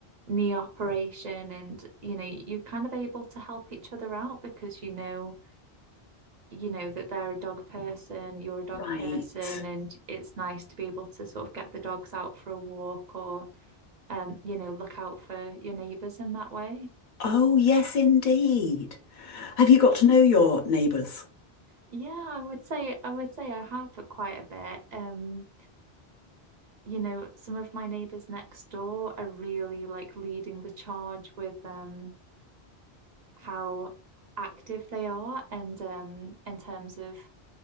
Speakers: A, on the right; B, on the left.
A: knee operation, and you know, you're kind of able to help each other out because you know, you know that they're a dog person, you're a dog
B: Right.
A: person, and it's nice to be able to sort of get the dogs out for a walk or, um, you know, look out for your neighbors in that way.
B: Oh, yes, indeed. Have you got to know your neighbours?
A: Yeah, I would say I would say I have quite a bit. Um, you know, some of my neighbors next door are really like leading the charge with um how active they are and um in terms of,